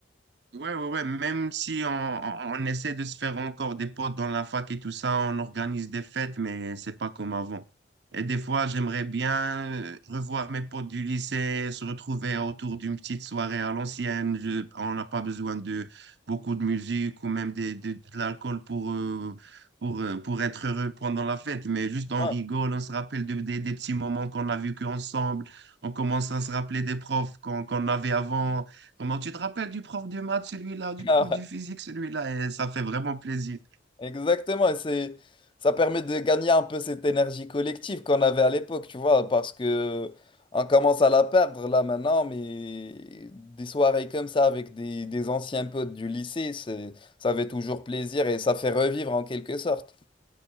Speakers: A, on the right (about 60°); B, on the left (about 25°).
A: Ouais, ouais, ouais, même si on, on- on essaie de se faire encore des potes dans la fac et tout ça, on organise des fêtes, mais c'est pas comme avant. Et des fois, j'aimerais bien euh, revoir mes potes du lycée, se retrouver autour d'une petite soirée à l'ancienne. Je- On n'a pas besoin de beaucoup de musique ou même des- de, de l'alcool pour, euh, pour, euh, pour être heureux pendant la fête, mais juste on
B: Ouais.
A: rigole, on se rappelle de- des des petits moments qu'on a vécu ensemble, on commence à se rappeler des profs qu'on qu'on avait avant. Comment tu te rappelles du prof de maths, celui-là, du prof
B: Ah
A: du
B: <laughs> ouais,
A: physique, celui-là, et ça fait vraiment plaisir.
B: Exactement, et c'est ça permet de gagner un peu cette énergie collective qu'on avait à l'époque, tu vois, parce que on commence à la perdre là maintenant, mais des soirées comme ça avec des, des anciens potes du lycée, c'est- ça fait toujours plaisir et ça fait revivre en quelque sorte.